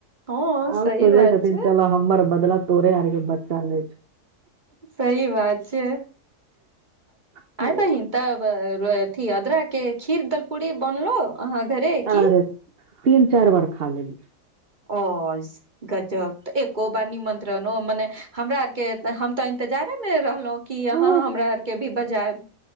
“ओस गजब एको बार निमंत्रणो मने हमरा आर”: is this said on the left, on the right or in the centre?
Right